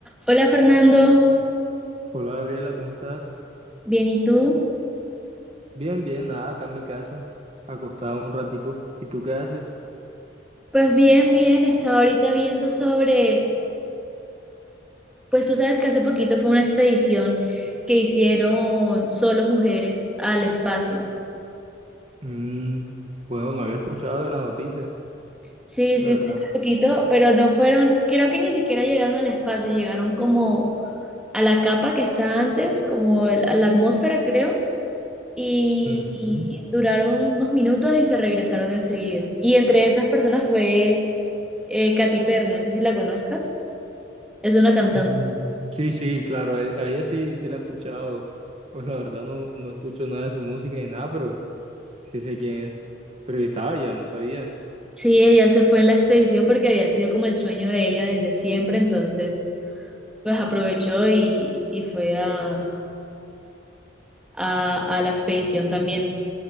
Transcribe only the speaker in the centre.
Hola Fernando,
bien, ¿y tú?
Pues bien, bien, estaba ahorita viendo sobre, pues tú sabes que hace poquito fue una expedición que hicieron solo mujeres al espacio.
Sí,
sí,
fue hace poquito, pero no fueron, creo que ni siquiera llegaron al espacio, llegaron como a la capa que está antes, como el- a la atmósfera creo, y,
y duraron unos minutos y se regresaron enseguida. Y entre esas personas fue eh, Katy Perry, no sé si la conozcas, es una cantante.
Sí, ella se fue en la expedición porque había sido como el sueño de ella desde siempre, entonces pues aprovechó y, y fue a, a, a la expedición también.